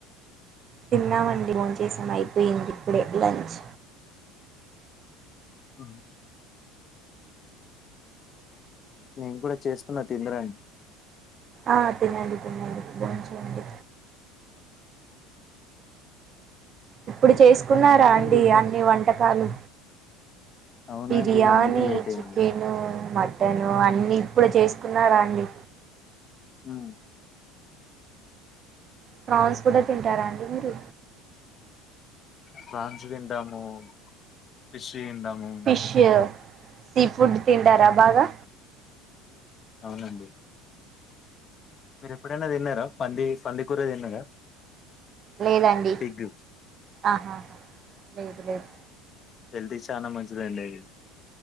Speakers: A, on the right; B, on the left.
A: తిన్నామండి బోన్ చేసాం అయిపోయింది ఇప్పుడే లంచ్
B: ఉహు నేను కూడా చేస్తున్న తిందురండ్రి
A: ఆ తినండి తినండి బోన్ చేయండి ఇప్పుడు చేసుకున్నారా
B: చెప్పండి
A: అండి
B: ఇంకా
A: అన్ని వంటకాలు
B: అవునండి
A: బిర్యానీ
B: అందుకే లేట్ అయింది
A: చికెను మట్ టను అన్ని ఇప్పుడే చేసుకున్నారా అండి
B: ఊ
A: ప్రాన్స్ కూడా తింటారా అండి మీరు
B: ఫ్రాన్సు తింటాము ఫిష్ తింటాము
A: ఫిష్ సీ ఫుడ్ తింటారా బాగా
B: అవునండి మీరు ఎప్పుడైనా తిన్నారా పంది పంది కూర తిన్నారా
A: లేదాండి
B: పిగ్
A: ఆహా లేదు లేదు
B: హెల్త్ కి చానా మంచిదండి అది